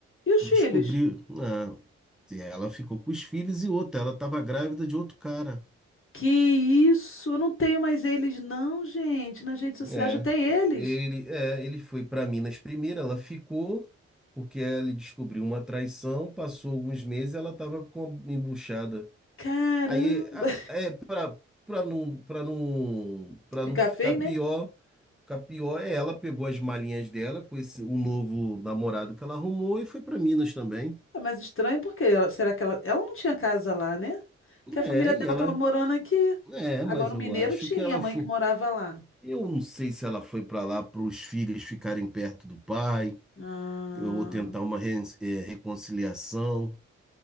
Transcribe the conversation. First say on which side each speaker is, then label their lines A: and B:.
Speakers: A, on the left; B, in the centre.
A: e os
B: Descobriu.
A: filhos?
B: Ah, e ela ficou com os filhos e outra. Ela estava grávida de outro cara.
A: Que isso? Eu não tenho mais eles, não, gente. Nas redes sociais
B: É,
A: eu tenho eles.
B: ele, é, ele foi para Minas primeiro, ela ficou, porque ele descobriu uma traição, passou alguns meses, ela estava com a embuchada.
A: Caramba.
B: Aí a- é para para não para não
A: <laughs>
B: para
A: Fica
B: não ficar
A: feio,
B: pior,
A: né?
B: ficar pior é ela pegou as malinhas dela com esse o novo namorado que ela arrumou e foi para Minas também.
A: Ah, mas estranho porque ela- será que ela, ela não tinha casa lá, né? Que a família
B: É, e
A: dela
B: ela
A: estava morando aqui.
B: é,
A: Agora
B: mas
A: o
B: eu
A: mineiro
B: acho
A: tinha,
B: que ela
A: a mãe
B: foi.
A: que morava lá.
B: Eu não sei se ela foi para lá para os filhos ficarem perto do pai
A: Ah,
B: ou tentar uma ren- é, reconciliação.